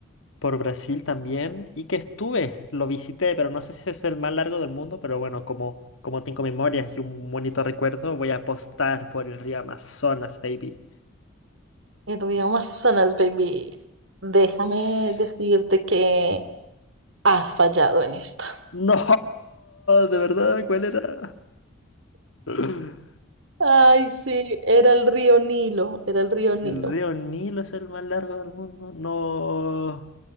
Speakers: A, on the left (about 70°); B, on the right (about 65°).
A: por Brasil también, y que estuve, lo visité, pero no sé si es el más largo del mundo, pero bueno, como, como tengo memorias y un bonito recuerdo, voy a apostar por el río Amazonas, baby.
B: El río Amazonas, baby. Déjame
A: <laughs>
B: decirte que has fallado en esta.
A: No, de verdad, ¿cuál era? Mm,
B: Ay, sí, era el río Nilo, era el río Nilo.
A: El río Nilo es el más largo del mundo. No,